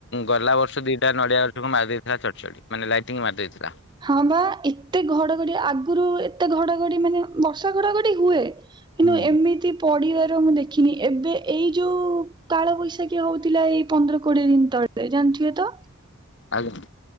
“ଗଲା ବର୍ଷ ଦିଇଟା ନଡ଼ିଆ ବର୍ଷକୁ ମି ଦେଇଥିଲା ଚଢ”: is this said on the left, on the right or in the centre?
Left